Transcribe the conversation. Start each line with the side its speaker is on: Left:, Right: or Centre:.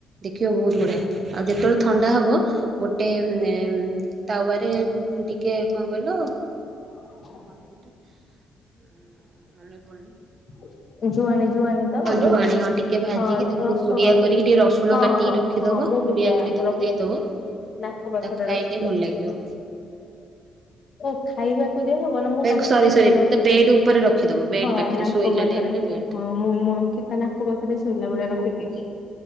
Right: ଦେଖିବ ବହୁତ ବଢ଼ିଆ ଆଉ ଯେତେବେଳେ ଥଣ୍ଡା ହବ ଗୋଟେ ନେମ୍ ତାୱାରେ ଟିକେ କଣ କହିଲ?
Left: <inaudible>
Right: କଣ ସେଇଟା ଉଁ ମନେ ପଡ଼ୁନି।
Left: <inaudible> ଯୁଆଣି ଯୁଆଣି ତ
Right: ଜୁଆଣି ହଁ ଟିକେ ଭାଜିକି
Left: ହଁ
Right: ତାକୁ
Left: ଦ ଶୁଣ
Right: ପୁଡିଆ କରିକି ଟିକେ ରସୁଣ
Left: ହଁ
Right: କାଟିକି
Left: ହଁ।
Right: ରଖିଦବ
Left: ହଁ ମୁଁ
Right: ପୁଡିଆ
Left: ବି ସେଇଆ
Right: କରି ତାକୁ
Left: ରଖେ
Right: ଦେଇଦବ
Left: ନାକ ପାଖରେ
Right: ତାକୁ ଖାଇଲେ
Left: ରଖିଦିଏ।
Right: ଭଲ ଲାଗିବ।
Left: ଓ ଖାଇବା କ୍ କୁ ଦେଇ ହବନି ମୁଁ
Right: ସରି
Left: ନାକ ପାଖରେ
Right: ସରି
Left: ରଖିଦିଏ
Right: ତା ବେଡ୍ ଉପରେ ରଖିଦବ ବେଡ୍
Left: ହଁ
Right: ପାଖରେ
Left: ନାକ
Right: ଶୋଇଲା
Left: ପାଖରେ
Right: ଟାଇମରେ ବେଡ୍
Left: ହଁ ମୁଁ ମୋର କେ ତା ନାକ ପାଖରେ ଶୋଇଲା ବେଳେ ରଖିଦିଏ।